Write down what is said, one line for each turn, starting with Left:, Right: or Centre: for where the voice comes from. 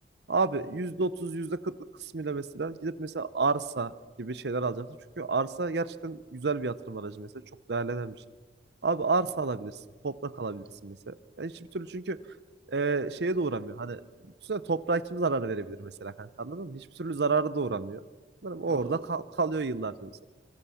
Right: Abi
Left: hı,
Right: %30 %40'lık kısmıyla mesela gidip mesela arsa gibi şeyler alacaksın. Çünkü arsa gerçekten güzel bir yatırım aracı mesela çok değerlenen bir şey. Abi arsa
Left: hı hı. hı.
Right: alabilirsin, toprak alabilirsin mesela. Yani hiçbir türlü çünkü e, şeye de uğramıyor. Hani düşünsene toprağa kim zarar verebilir mesela kanka anladın mı? Hiçbir türlü zararı da uğramıyor. Anladın mı? Orada
Left: Doğru.
Right: kal- kalıyor yıllarca mesela.